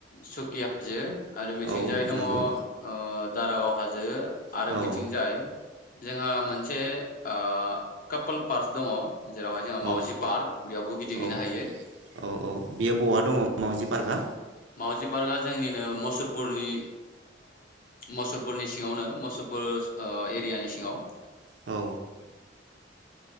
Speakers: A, on the left (about 50°); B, on the right (about 75°).
A: सुकि हाजो। आरो बिथिंजायै
B: औ
A: दङ
B: नंगौ
A: ओ दारागाव हाजो। जो आरो
B: औ
A: बिथिंजाय जोंहा मोनसे ओ कापोल पार्स दङ जेरावहाय जोंहा मावउजि
B: औ
A: पार्क बेयावबो गिदिंहैनो
B: औ
A: हायो
B: औ औ बेयो बहा दङ मावजि पार्कआ?
A: मावउजि पार्कआ जोंनिनो मुसलपुरनि मुसलपुरनि सिङावनो मुसुलपुर एरियानि सिङाव
B: औ